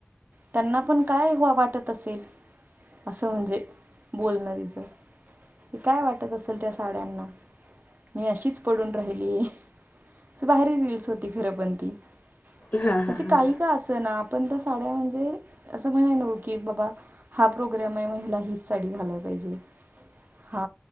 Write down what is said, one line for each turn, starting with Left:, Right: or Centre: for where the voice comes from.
Right: त्यांना पण काय हो वाटत असेल. असं म्हणजे बोलण तिचं. कि काय वाटत असेल त्या साड्यांना मी अशीच पडून राहिली. असं भारी रिल्स होती खरं पण ती म्हणजे
Left: हा हा हा
Right: काही का असं ना. पण त्या साड्या म्हणजे असं म्हण हाय न्हव की बाबा हा प्रोग्राम आहे म हिला हीच साडी घालाय पाहिजे. हा,